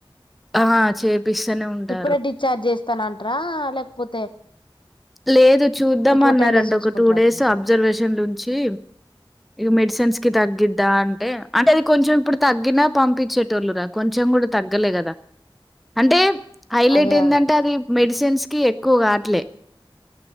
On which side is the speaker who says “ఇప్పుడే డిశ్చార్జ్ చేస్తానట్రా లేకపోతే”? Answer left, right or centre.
Left